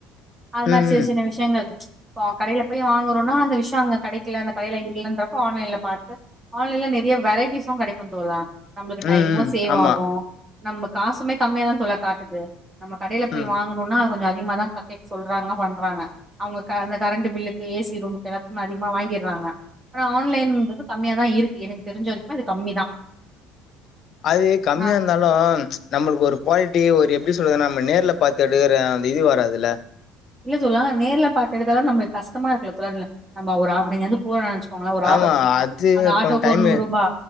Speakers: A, on the right (about 20°); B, on the left (about 55°).
A: அது
B: ம்
A: மாரி
B: ம்
A: சின்ன சின்ன விஷ்யங்கள் இப்போ கடையில போய் வாங் போறோன்னா அந்த விஷ் த்த அங்க கடைக்கல அந்த கடையில இல்லன்ற அப்போ ஆன்லைன்ல பாத்து ஆன்லைன்ல நறையா வெரைட்டிஸும் கடை க்கும் தோழா நம்மளுக்கு
B: ம்
A: டைமும்
B: ம்
A: சேவ்
B: ஆமா
A: ஆகும் நம்ம காசுமே கம்மியாதான் தோழா காட்டுது நம்ம கடையில போய்
B: ம்
A: வாங்குனுனா கொஞ்சோ அதிகமா தான் பக்கேட் சொல்றாங்க பண்றாங்க அவுங்க அந்த கரண்ட்டு பில்லுக்கு ஏசி ரூமுக்கு எல்லாத்துக்கும் அதிகமா வாங்கிறாங்க ஆனா ஆன்லைன்றது கம்மியா தான் இருக்கு எனக்கு தெரிஞ்ச வரைக்குமே அது கம்மிதா
B: அது கம்மியா
A: நா
B: இருந்தாலும் நம்மளுக்கு ஒரு குவாலிட்டி ஒரு எப் ப்டி சொல்றது நம்ம நேர்ல பாத்து எடுக்கற அந்த இது வராதில்ல
A: இல்ல தோழா நேர்ல பாத்து எடுத்தாலும் நமக்கு கஷ்டமா இருக்குல்ல தோழா ந நம்ம ஒரு ஆஃப் டே இங்கிருந்து போரானாச்சி போங்களா ஒரு ஆட்டோ
B: ஆமா
A: பிடிக்கும்
B: அது
A: அந்த ஆட்டோக்கு
B: கொஞ்ச டைமு
A: ஒரு நூறுபா